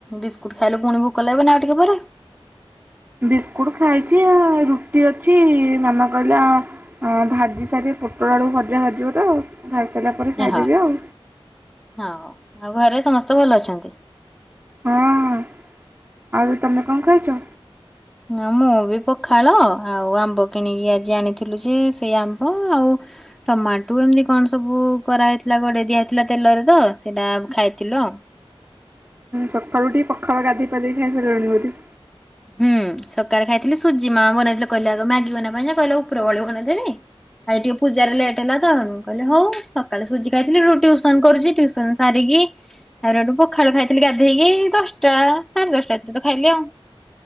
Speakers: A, in the centre; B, on the right.
A: ବିସ୍କୁଟ ଖାଇଲେ ପୁଣି ଭୋକ ଲାଗିବନ ଆଉ ଟିକେ ପରେ
B: ବିସ୍କୁଟ୍ ଖାଇଛି ରୁଟି ଅଛି ମାମା କହିଲେ ଭାଜି ସାରିେ ପୋଟଳ ଆଳକୁ ଭଜା ଭାଜିବ ତ ଭାଜି ସାରିଲା ପରେ ଖାଇଦେବି
A: ହଁ
B: ଆଉ।
A: ହଁ ଆଉ ଘରେ ସମସ୍ତ ମତେ ଭଲ ଅଛନ୍ତି,
B: ହଁ ହଁ ଆଉ ତମେ କଣ ଖାଇଛ,
A: ହଁ ମୁଁ ବି ପଖାଳ ଆଉ ଆମ୍ବ କିଣିକି ଆଜି ଆଣିଥିଲୁ ଯେ ସେଇ ଆମ୍ବ ଆଉ ଟମାଟୋ ଏମିତି କଣ ସବୁ କରାହେଇଥିଲା ଗୋଡେଇ ଦିଆ ହେେଇଥିଲା ତେଲରେ ତ ସେଇଟା ଖାଇଥିଲୁ ଆଉ
B: ସକାୁଟି ପଖାଳା ଗାଧି ପାାଧି ଖାଇସ ରଣିବଟି
A: ହୁଁ ସକାଳେ ଖାଇଥିଲି ସୁଜି ମା ବନେଇଥିଲେ କହିଲେ ଆଗ ମାଗି ବନବା କହିଲ ଉପର ଭଳି ବନେଇ ଦେେି ଖଲି ଟିକେ ପୂଜାରେ ଲେଟ ହେଲା ତ କହିଲେ ହଉ ସକାଳେ ସୁଜି ଖାଇଥିଲିୁ ଟୁସନ କରୁଛି ଟୁସନ ସାରିକି ତାରେଠୁ ପଖାଳୁ ଖାଇଥିଲି ଗାଧେଇକି ଦଶଟା ସାଢେ ଦଶଟା ତ ଖାଇଲେ ଆଉ